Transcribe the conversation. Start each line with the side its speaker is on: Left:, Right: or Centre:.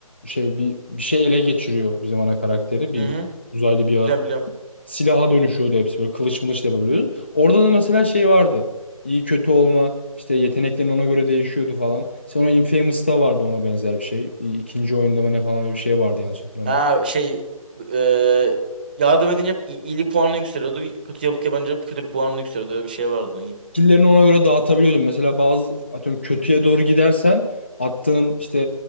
Left: şey bir bir şey ele geçiriyor bizim ana karakteri. Bir
Right: Hı
Left: bir
Right: hı.
Left: uzaylı bir yaratık.
Right: Biliyorum biliyorum.
Left: Silaha dönüşüyordu hepsi böyle kılıç mılıç da yapabiliyordun. Orada da mesela şey vardı. İyi kötü olma işte yeteneklerin ona göre değişiyordu falan. Sonra Infamous'ta vardı ona benzer bir şey. İ- İkinci oyunda mı ne falan öyle bir şey vardı yanlış hatırlamıyorsam.
Right: Ha şey e, yardım edince hep i- iyilik puanını yükseliyordu. Kötülük yapınca hep kötülük puanını yükseliyordu. Öyle bir şey vardı. İyi.
Left: skill'lerini ona göre dağıtabiliyordum. Mesela bazı atıyorum kötüye doğru gidersen attığın işte